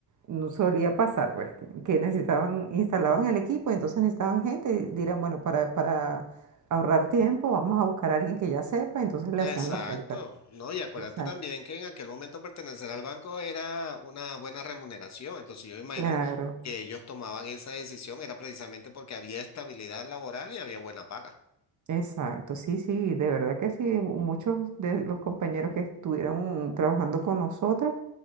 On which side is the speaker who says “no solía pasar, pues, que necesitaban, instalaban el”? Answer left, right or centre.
Right